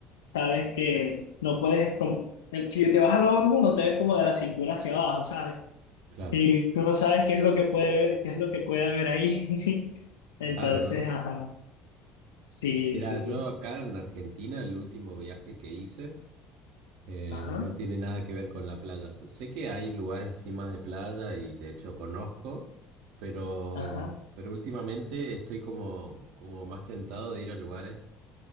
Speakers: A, on the left; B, on the right.
A: sabes que no puedes, como- eh, si te vas a lo hondo, no te ves como de la cintura hacia abajo, ¿sabes?
B: claro.
A: Y tú no sabes qué es lo que puede ver, qué es lo que puede haber ahí. <laughs> Entonces,
B: Claro, ¿no?
A: ajá. Sí,
B: Mira,
A: sí.
B: yo acá en Argentina, el último viaje que hice eh,
A: Ajá,
B: no tiene nada que ver con la playa. Sé que hay lugares así más de playa y de hecho conozco, pero,
A: ajá,
B: pero últimamente estoy como, como más tentado de ir a lugares.